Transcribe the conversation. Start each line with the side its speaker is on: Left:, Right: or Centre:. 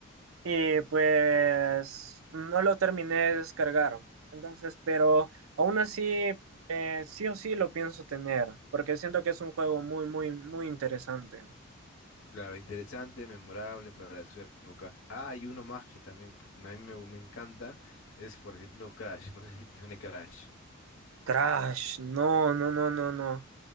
Right: y pues no lo terminé de descargar. Entonces, pero aún así, eh, sí o sí lo pienso tener, porque siento que es un juego muy, muy, muy interesante.
Left: Claro, interesante, memorable para su época. Ah, hay uno más que también pu- a mí me, me encanta es, por ejemplo, Crash. No sé si te suena Crash.
Right: Crash, no, no, no, no, no.